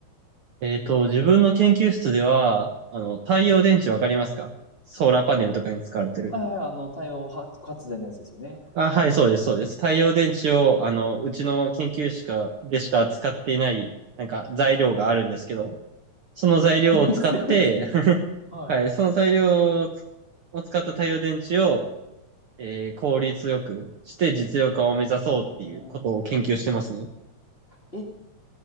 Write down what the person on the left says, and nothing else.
うん。はいはいはい、あの、太陽発発電のやつですよね。
え、<laughs> すごいですね。
は
い。おー。え、